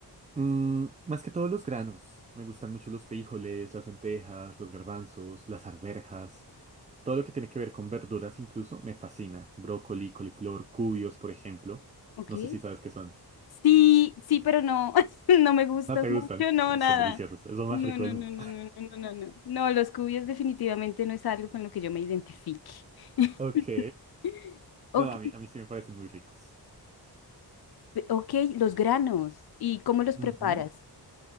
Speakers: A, on the right; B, on the left.
A: Mm, más que todos los granos. Me gustan mucho los frijoles, las lentejas, los garbanzos, las arvejas. Todo lo que tiene que ver con verduras incluso me fascina. Brócoli, coliflor, cubios, por ejemplo.
B: Ok.
A: No sé si sabes qué son.
B: Sí, sí, pero no, <laughs> no me gustas
A: No te
B: mucho,
A: gustan.
B: no, nada.
A: Son deliciosos. Es lo
B: No,
A: más rico
B: no,
A: del
B: no,
A: mundo.
B: no, no, no, no, no. No, No, los cubios definitivamente no es algo con lo que yo me identifique. <laughs>
A: Ok.
B: Ok,
A: No, a mí, a mí sí me parecen muy ricos.
B: pe- ok, los granos. ¿Y cómo los
A: Ujú.
B: preparas?